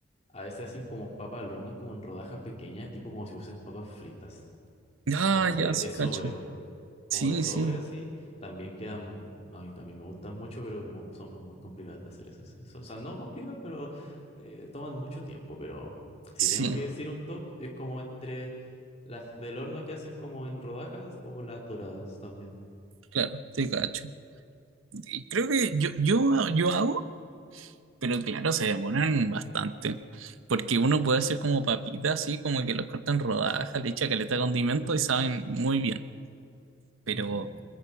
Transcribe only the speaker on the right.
Ah,
ya, sí,
cacho.
Sí,
sí,
sí,
claro, te cacho. Y Creo que yo, yo, yo hago, pero claro, se demoran bastante. Porque uno puede hacer como papitas, así como que los cortan rodajas, le echa caleta de condimento
y saben muy bien. Pero